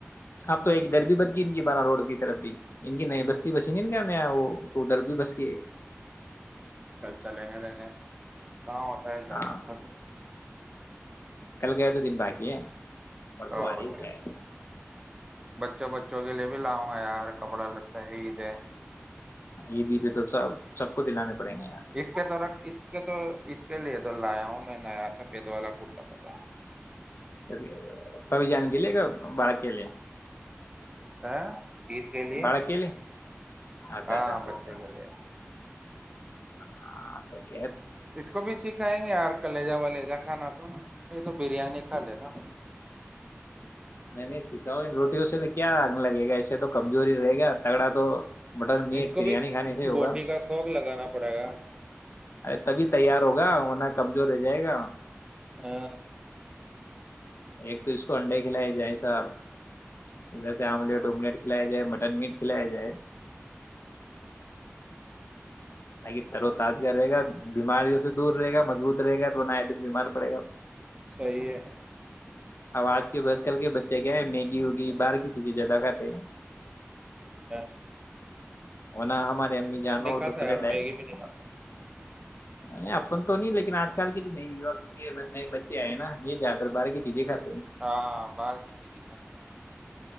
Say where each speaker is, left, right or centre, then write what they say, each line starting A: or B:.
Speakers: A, on the left (about 55°); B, on the right (about 20°).
A: اپ تو ایک در بھیی بچ گئی ان کی بارہ روڈ کی طرف بھی ان کی نہیں بستی بسی نہیں گیا وہ تو ا در بھی بس گئی ایک
B: چل چلیں گے دیکھیں کہاں ہوتا ہے جانا
A: ہاں
B: س
A: کل گئے تو دن باقی ہے پررسوں
B: اور
A: آج
B: کیا
A: جیا ہے
B: بچوں بچوں کے لیے بھی لاؤں گا یار کپڑا لیتا ہے عید ہے
A: یہ جی پہ تو سب سب کو دلانے پڑیں گے یار
B: اس کے در اس تو اس کے لیے تو لایا ہوں میں نیا س پید والا کرتا پتا
A: س کب جان گل گ بالک کے لی
B: آ گیت کہ لیی
A: باڑہ
B: ہے
A: کے لیے اچھا
B: ہاں
A: اچھا اچھا
B: بچے
A: اچھا
B: کے لیے
A: ہاں تو کہ
B: اس کو بھی سکھائیں گے یار کلیجہ ولیجہ کھانا تو یہ تو بریانی کھا لے نا
A: میں نہیں سکھاؤ روٹیوں سے تو کیا اگ لگے گا ایسے تو کم جووری رہے گا تگڑا تو مٹن میٹ
B: اس کو
A: بریانی
B: بھی
A: کھانے سے ہوگا
B: بوٹی کا شوق لگانا پڑے گا
A: ارے تبھی تیار ہوگا ورنہ کمزور رہ جائے گا
B: ہاں
A: ایک تو اس کو انڈے کھلائے جائے ساحب ادھر سے آملیٹ املیٹ کھلیا جائے مٹن میٹ کھلیا جائے آے ترو تازگا رہے گا بیماریوں سے دور رہے گا م جووت رہے گا تو وہ نیا دن بیمار پڑے گا
B: صحیح ہے
A: اب آج کے بس کل کے بچے کیا ہے میگی وگی باہر کی چیزیں زیادہ کھاتے ہیں
B: ہ
A: <unintelligible> ہمے امی جان ہو
B: کھاتا
A: تو پلے
B: یار
A: ڈائے
B: میگی بھی نہیں کھاتا
A: نہیں اپن تو نہیں لیکن آج کل کی نئی یوک گ ن بچ ے آئے نا یہ زیاد تر باہر کی چیزیں کھاتے ہ
B: ہاں باہر کی چیزیں کھاتا ہے